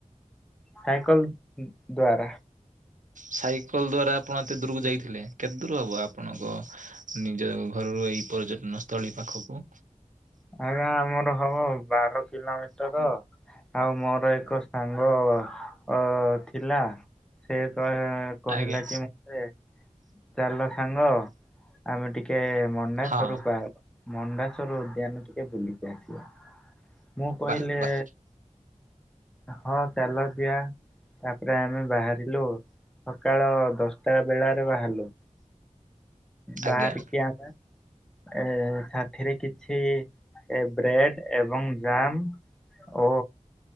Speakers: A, in the centre; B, on the right.
A: ସାଇକଲ ଦ୍ଵାରା।
B: ସାଇକଲ ଦ୍ଵାରା ଆପଣ ଏତେ ଦୂରକୁ ଯାଇଥିଲେ କେତ ଦୂର ହବ ଆପଣଙ୍କ ନିଜ ଘରରୁ? ଏହି ପର୍ଯ୍ୟଟନ ସ୍ଥଳୀ ପାଖକୁ।
A: ଆଜ୍ଞ ଆମର ହବ ବାର କିଲୋମିଟର। ଆଉ ମୋର ଏକ ସାଙ୍ଗ ଅ ଥିଲା ସେ କ-କହିଲା
B: ଆଜ୍ଞା
A: କି ମତେ ଚାଲ ସାଙ୍ଗ। ଆମେ ଟିକେ ମଣ୍ଡାସ୍ଵରୂପା
B: ହଁ
A: ମଣ୍ଡାସ୍ୱର ଉଦ୍ୟାନ ଟିକେ ବୁଲିକି ଆସିବା। ମୁଁ କହିଲି
B: ବାଃ ବାଃ
A: ହଁ ଚାଲ ଯିବା ତାପରେ ଆମେ ବାହାରିଲୁ। ସକାଳ ଦଶଟା ବେଳାରେ ବାହାରିଲୁ। ବାହାରିକି
B: ଆଜ୍ଞା
A: ଆମେ। ଏ ସାଥିରେ କିଛି ବ୍ରେଡ ଏବଂ ଜାମ। ଓ